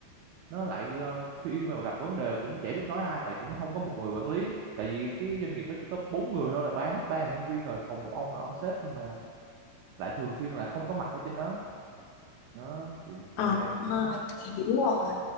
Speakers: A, on the right; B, on the left.
A: nó lại ờ, khi mà gặp vấn đề cũng chả biết nói ai tại cũng không có một người quản lý tại vì cái doanh nghiệp nó chỉ có bốn người thôi là ba hết ba nhân viên rồi còn một ông là ông sếp nhưng mà lại thường xuyên là không có mặt ở trên đó đó thì đâm
B: Ờ,
A: ra cũng
B: ờ, hiểu rồi.